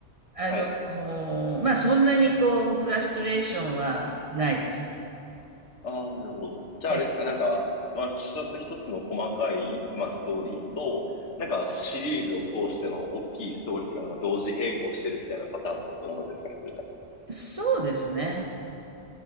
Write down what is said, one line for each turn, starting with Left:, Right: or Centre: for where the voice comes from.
Right: あの、
Left: はい。
Right: もうまあ、そんなにこう、フラストレーションはないです。
Left: ああ、なるほど。じゃあ、
Right: え、
Left: あれですか、なんか、まあ、一つ一つの細かい、まあ、ストーリーと、なんか、シリーズを通しての大きいストーリーが、なんか、同時並行してるみたいなパターンのドラマですかね、これじゃ
Right: そうですね。